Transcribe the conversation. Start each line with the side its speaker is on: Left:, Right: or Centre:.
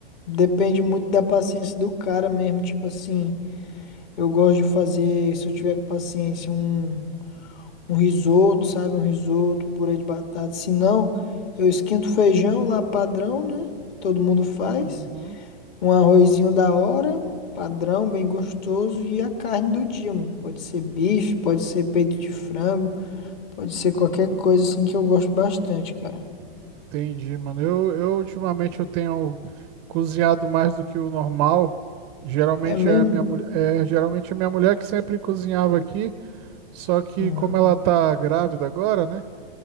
Left: depende muito da paciência do cara mesmo. Tipo assim, eu gosto de fazer, se eu tiver com paciência, um, um risoto, sabe? Um risoto, purê de batata. Se não, eu esquento o feijão lá padrão, né? Todo mundo faz.
Right: Uhum.
Left: Um arrozinho da hora, padrão, bem gostoso. E a carne do dia, mano. Pode ser bife, pode ser peito de frango, pode ser qualquer coisa assim que eu gosto bastante, cara.
Right: Entendi, mano. Eu, eu ultimamente eu tenho cozinhado mais do que o normal. Geralmente
Left: É mesmo?
Right: é a minha mulher, é, geralmente é minha mulher que sempre cozinhava aqui, só que
Left: Aham.
Right: como ela tá grávida agora, né?